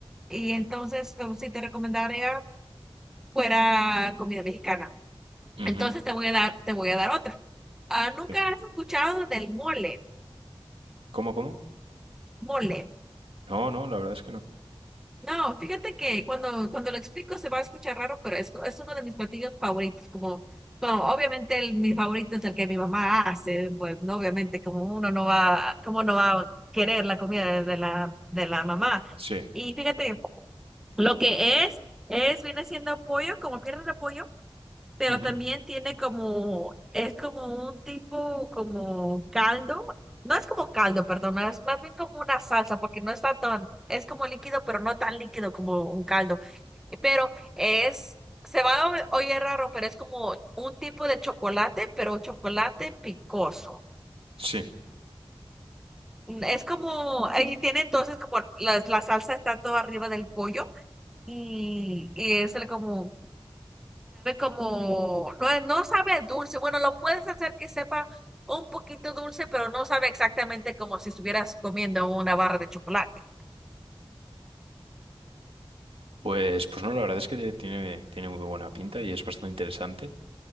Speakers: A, in the centre; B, on the right.
A: Y entonces, como si te recomendaría fuera comida mexicana.
B: Ujú.
A: Entonces te voy a dar, te voy a dar otra. Ah, ¿nunca
B: Sí.
A: has escuchado del mole?
B: ¿Cómo, cómo?
A: Mole.
B: No, no, la verdad es que no.
A: No, fíjate que cuando, cuando lo explico se va a escuchar raro, pero es, es uno de mis platillos favoritos. Como, como obviamente el, mi favorito es el que mi mamá hace, pues no, obviamente como uno no va, como no va a querer la comida de, de la, de la mamá.
B: Sí.
A: Y fíjate, lo que es, es, viene siendo pollo, como piernas de pollo pero
B: Ujú.
A: también tiene como, es como un tipo como caldo, no es como caldo, perdón, no, es más bien como una salsa, porque no está tan, es como líquido, pero no tan líquido como un caldo, pero es, se va a oír raro, pero es como un tipo de chocolate, pero un chocolate picoso.
B: Sí.
A: Es como, ahí tiene entonces como la, la salsa está todo arriba del pollo y, y es el como como, no, es- no sabe dulce. Bueno, lo puedes hacer que sepa un poquito dulce, pero no sabe exactamente como si estuvieras comiendo una barra de chocolate.
B: Pues, pues no, la verdad es que tiene, tiene muy buena pinta y es bastante interesante.